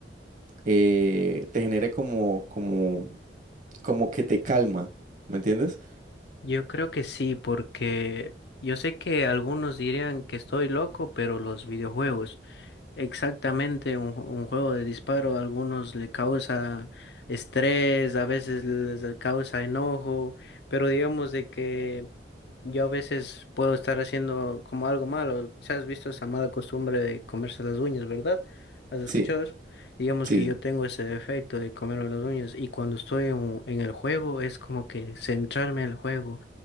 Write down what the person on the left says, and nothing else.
yo creo que sí, porque yo sé que algunos dirían que estoy loco, pero los videojuegos. Exactamente, un, un juego de disparo a algunos le causa estrés, a veces les causa enojo, pero digamos de que yo a veces puedo estar haciendo como algo malo. Si has visto esa mala costumbre de comerse las uñas, ¿verdad? ¿Has escuchado
eso? Digamos
que yo
tengo ese defecto de comerme las uñas y cuando estoy en, en el juego es como que centrarme en el juego